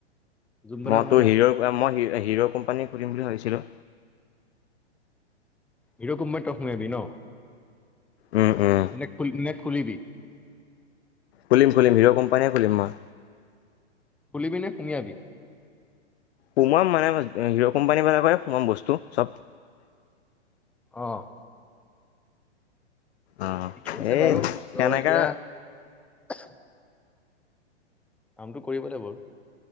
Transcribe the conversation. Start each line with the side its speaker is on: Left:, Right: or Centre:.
Centre: যোনবিলাক
Left: মই
Centre: মানে
Left: তোৰ হিৰ মই হিৰ' কোম্পানী সুধিম বুলি ভাবিছিলো
Centre: হিৰোৰ কোম্পেনী ত ই সোমোবি ন
Left: উম উম
Centre: নেট নেট খুলিবি
Left: খুলিম, খুলিম হিৰ' কোম্পানীয়ে খুলিম মই
Centre: খুলিবিনে সুমিয়াবি
Left: সোমাম মানে হিৰো কোম্পানী বালাক কৰেয় সোমাম বস্তু চব
Centre: আহ,
Left: অ
Centre: ঠিকে আছে
Left: এই
Centre: বাৰু ত'
Left: সেনেকা
Centre: এতিয়া। কামটো কৰিব লাগিব।